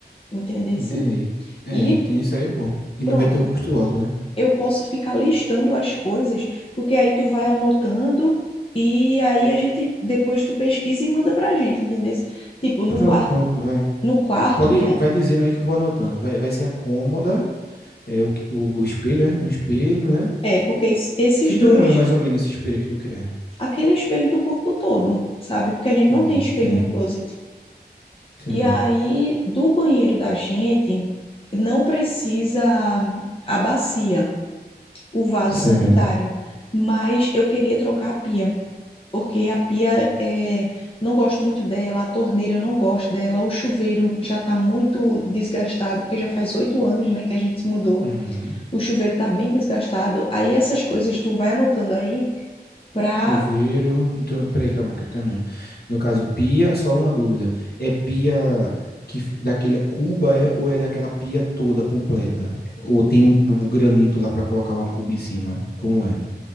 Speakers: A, on the left; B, on the left.
A: entendesse?
B: Entendi. É,
A: E
B: então isso aí é bom. E
A: pronto.
B: não vai ter um custo alto, né?
A: Eu posso ficar listando as coisas, porque aí tu vai anotando e aí a gente depois tu pesquisa e manda pra gente, entendesse? Tipo, no
B: Pronto,
A: quarto,
B: pronto, vai.
A: no quarto
B: Pode,
A: que é,
B: vai dizendo aí que eu vou anotando. Vai, vai ser a cômoda, é, o, o, o espelho, é? Um espelho, né?
A: é porque es- esses
B: Que tamanho
A: dois,
B: mais ou menos esse espelho que tu quer?
A: aquele espelho do corpo todo, sabe? Porque a gente
B: Entendi,
A: não tem
B: entendi,
A: espelho no closet.
B: entendi.
A: E aí do banheiro da gente não precisa a bacia o vaso
B: Certo.
A: sanitário, mas eu queria trocar a pia, porque a pia é, não gosto muito dela, a torneira eu não gosto dela, o chuveiro já está muito desgastado, porque já faz oito anos, né, que a gente se mudou.
B: Uhum.
A: O chuveiro está bem desgastado. Aí essas coisas tu vai anotando aí para
B: Chuveiro. Então, peraí, calma, que eu tô terminando. No caso, pia, só uma dúvida. É pia que f- daquele é cuba é, ou é daquela pia toda completa? Ou tem um- o granito lá pra colocar uma cuba em cima? Como é?